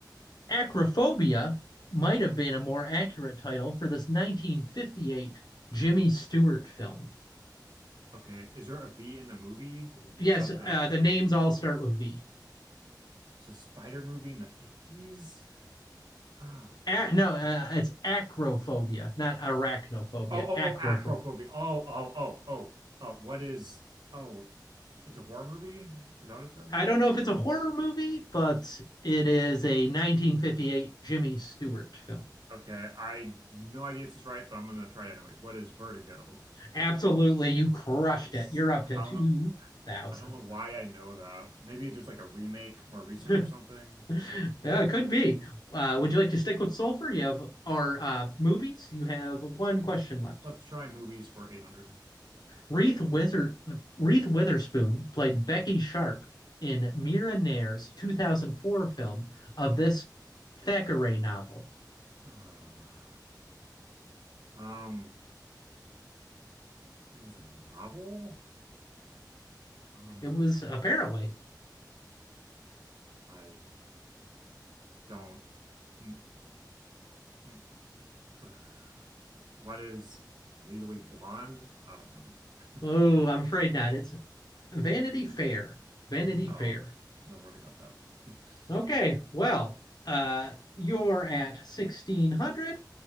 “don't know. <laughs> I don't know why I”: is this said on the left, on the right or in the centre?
Right